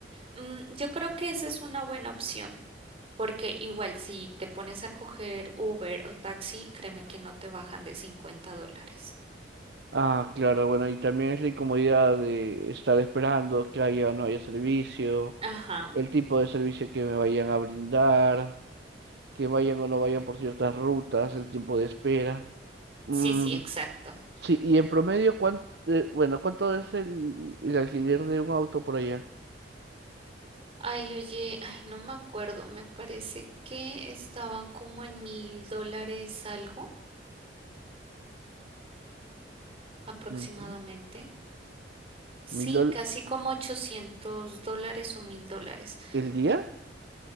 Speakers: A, on the right; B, on the right.
A: Mm, yo creo que esa es una buena opción, porque igual si te pones a coger Uber o taxi, créeme que no te bajan de cincuenta dólares.
B: Ah, claro, bueno, y también es la incomodidad de estar esperando que haya o no haya servicio,
A: Ajá,
B: el tipo de servicio que me vayan a brindar, que vayan o no vayan por ciertas rutas, el tiempo de espera. Mm,
A: sí, sí, exacto.
B: Sí, y en promedio, ¿cuánto, bueno, ¿cuánto es el, el alquiler de un auto por allá?
A: Ay, oye, ay, no me acuerdo, me parece que estaban como en mil dólares algo aproximadamente.
B: Ujú.
A: Sí,
B: ¿Mil dólares
A: casi como 800 dólares o mil dólares.
B: el día?